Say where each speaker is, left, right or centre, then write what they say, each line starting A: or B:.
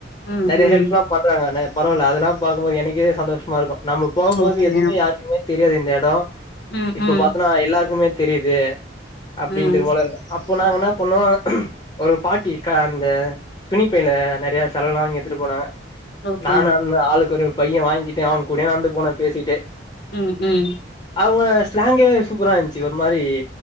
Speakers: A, on the left; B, on the left.
A: ம்
B: நெறய
A: ம்
B: ஹெல்ப்லா பண்றாங்க என்ன பரவால அதெல்லா பாக்கும்போது எனகே சந்தோஷமாருக்கும் நம்ம போவும் போது
A: ஓகே
B: எதுவுமே யாருக்குமே தெரியாது இந்த எடம்
A: ம்
B: இப்ப
A: ம்
B: பாத்தனா எல்லாருக்குமே தெரிது அப்டின்று
A: ம்
B: போலருக்கு அப்போ நாங்க என்ன பண்ணோ ஒரு பாட்டி காந்த துணிப்பையில நெறய செலல்லா வாங்கி எடுத்துட்டு போனாங்க
A: ஓகே
B: நானு அந்த ஆளுக்கொரு பைய வாங்கிட்டு அவன் கூடயே நடந்து போனோ பேசிட்டே
A: ம் ம்
B: அவுங்க ஸ்லாங்கே சூப்பரா இருந்துச்சு ஒரு மாரி